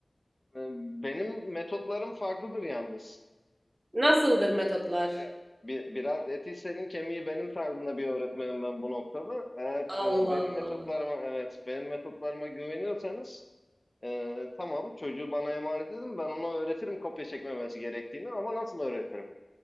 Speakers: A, on the left; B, on the right.
A: E, benim metotlarım farklıdır yalnız.
B: Nasıldır metotlar?
A: Biraz, bi- biraz eti senin kemiği benim tarzında bir öğretmenim ben bu noktada. Eğer e,
B: Allah
A: benim
B: Allah.
A: metotlarıma evet benim metotlarıma güveniyorsanız e, tamam çocuğu bana emanet edin ben ona öğretirim kopya çekmemesi gerektiğini ama nasıl öğretirim?